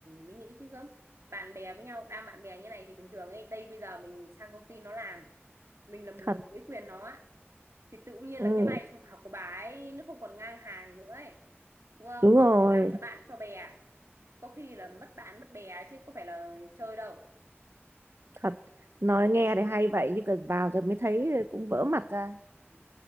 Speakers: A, on the right; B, on the right.
A: mới nghĩ chứ gớm bạn bè với nhau đang bạn bè như này thì bình thường ấy đây bây giờ mình sang công ty nó làm mình là một
B: thật
A: người dưới quyền nó á, thì tự nhiên
B: ừ,
A: là cái vai trò của bà ấy nó không còn ngang hàng nữa ấy đúng không
B: đúng rồi
A: làm cho bạn cho bè có khi là mất bạn mất bè chứ có phải là chơi đâu
B: thật nói nghe thì hay vậy chứ cần vào rồi mới thấy cũng vỡ mặt ra
A: Ừ.